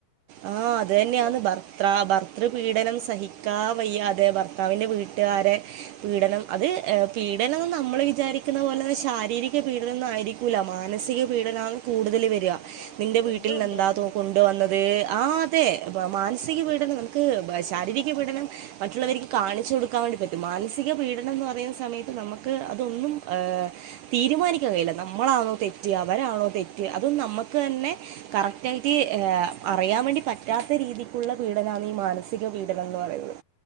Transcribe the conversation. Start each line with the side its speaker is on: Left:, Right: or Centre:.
Right: ആഹ് അത് തന്നെയാന്ന്
Left: അതെ
Right: ഭർത്ത് ഭർത്ര ഭർതൃപീഡനം സഹിക്കാൻ വയ്യാതെ അതെ ഭർത്താവിന്റ വീട്ടുകാരെ പീഡനം അത് പീഡനം നമ്മൾ വിചാരിക്കുന്ന പോലെ ശാരീരിക പീഡനംഒന്നും ആയിരിക്കി കുല മാനസിക പീഡനമാണ് കൂടുതൽ
Left: ആ
Right: വരിക
Left: അതെ അതെ
Right: നിന്റെ
Left: രണ്ടും
Right: വീട്ടിൽ
Left: ഉണ്ട്
Right: എന്താ
Left: ഉം
Right: കൊണ്ടുവന്നത് അഹ് ആതെ മാനസിക പീഡനം നമുക്ക് ശാരീരികപീഡനം മറ്റുള്ളവർക്ക് കാണിച്ചു കൊടുക്കാൻ വേണ്ടി പറ്റും മാനസിക പീഡനം എന്ന് പറയുന്ന സമയത്ത് നമുക്ക് അതൊന്നും ഏഹ് തീരുമാനിക്കാൻ കഴിയില്ല നമ്മളാണോ തെറ്റ് അവരാണോ തെറ്റ് അതൊ നമ്മുക്ക് തന്നെ കറക്റ്റ് ആയിട്ട് ഏഹ് അറിയാൻ വേണ്ടി പറ്റാത്ത രീതിക്കുള്ള പീഡനാണ് ഈ മാനസിക പീഡനം എന്ന് പറയുന്നത്